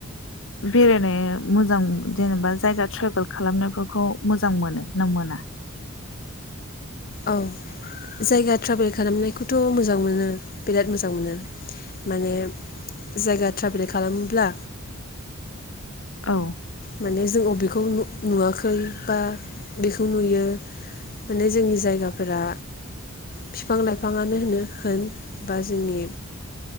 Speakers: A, on the left (about 65°); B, on the left (about 45°).
A: बेरायनो मोजां जेनेबा जायगा ट्रेभेल खालामनायफोरखौ मोजां मोनो ना मोना?
B: औ जायगा ट्राभेल खालामनायखौथ' मोजां मोनो बिराद मोजां मोनो माने जायगा ट्राभेल खालामोब्ला
A: औ।
B: माने जों बबेखौ नुवाखै बा बेखौ नुयो माने जोंनि जायगाफोरा बिफां -लाइफाङानो होनो होन बा जोंनि